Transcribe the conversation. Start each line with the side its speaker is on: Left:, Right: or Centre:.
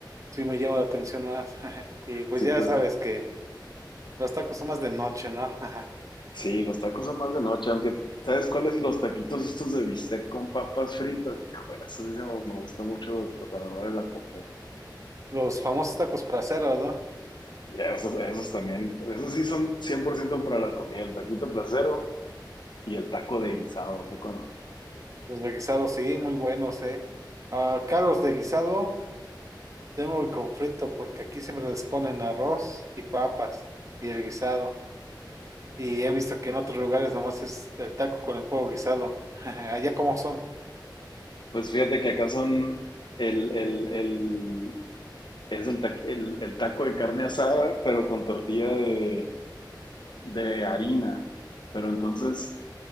Right: Sí me llama la atención más. <laughs> Y pues
Left: Sí,
Right: ya
Left: tú
Right: sabes
Left: estás-
Right: que los tacos son más de noche, ¿no? <laughs>
Left: sí, los tacos son más de noche, aunque ¿sabes cuáles? Los taquitos estos de bistec con papas fritas. Híjole, eso sí se me gusta mucho para ahora la comida.
Right: Los famosos tacos praceros, ¿no?
Left: Ya, esos, esos también, esos sí son 100% para la comida, el taquito placero y el taco de guisado, ¿a poco no?
Right: Los de guisado, sí, muy buenos, ¿eh? Acá los de guisado tengo el conflicto porque aquí siempre les ponen arroz y papas y el guisado. Y he visto que en otros lugares nomás es el taco con el pollo guisado. <laughs> Allá cómo son.
Left: Pues fíjate que acá son el, el,
Right: Eh,
Left: el, es el, ta- el- el taco de carne asada, pero con tortilla de, de harina. Pero entonces,